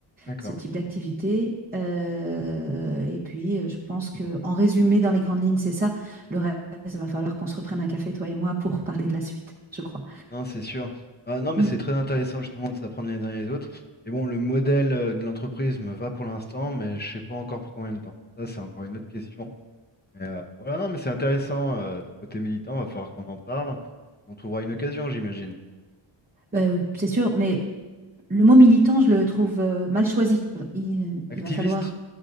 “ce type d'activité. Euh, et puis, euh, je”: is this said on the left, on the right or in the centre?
Right